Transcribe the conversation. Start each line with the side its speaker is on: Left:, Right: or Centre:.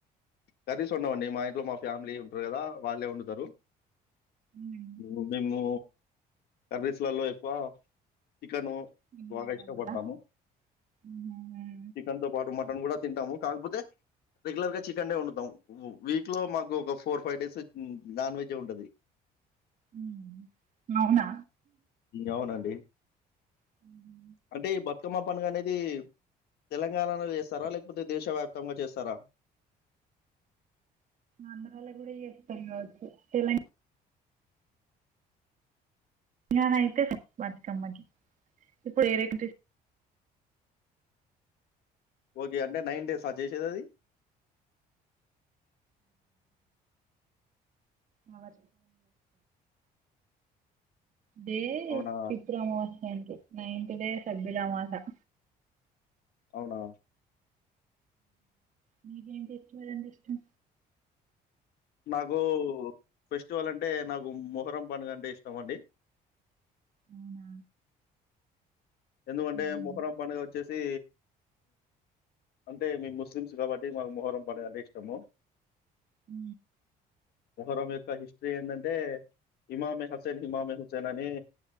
Left: కర్రీస్ ఉండమండి మా ఇంట్లో మా ఫ్యామిలీ ఉంటారు కదా వాళ్ళే వండుతారు
Right: మ్మ్.
Left: ఉ మేము కర్రీస్లలో ఎక్కువ చికెను
Right: ఇన్వాల్వ్
Left: బాగా ఇష్టపడతాము
Right: అవ్వరా? మ్మ్.
Left: చికెన్ తో పాటు మటన్ కూడా తింటాము కాకపోతే రెగ్యులర్ గా చ వండటం వీక్ లో మాకు ఒక four five days non veg ఉంటది
Right: మ్మ్. అవునా
Left: అవునండి
Right: మ్మ్.
Left: అంటే ఈ బతుకమ్మ పండగ అనేది తెలంగాణలో చేస్తారా లేకపోతే దేశ వ్యాప్తంగా చేస్తారా
Right: ఆంధ్రలో కూడా చేస్తారు కావచ్చు తెలంగాణ తెలంగాణ అయితే బతికమ్మకి ఇప్పుడు ఏ రేక
Left: ఓకే అంటే నైన్ డేస్ అ చేసేది అది
Right: అ వ చే
Left: అవునా?
Right: <inaudible> <unintelligible> పితమోంట నైన్ <unintelligible> డే సబ్బలా మాస <inaudible>
Left: అవునా
Right: మీక ఎంట ఇష్టం వంట ఇష్టం
Left: నాకు ఫెస్టివల్ అంటే నాకు మొహరం పండుగ అంటే ఇష్టం అండి
Right: అవునా
Left: ఎందుకంటే
Right: ఉమ్.
Left: ముహరం పడుగ వచ్చేసి అంటే మీ ముస్లిమ్స్ కాబట్టి మాకు మొహరం పండగ అంటే ఇష్టము
Right: హ
Left: పరం యొక్క హిస్టరీ ఏంటంటే ఇమామి హుసన్ ఇమే హుసైన అనే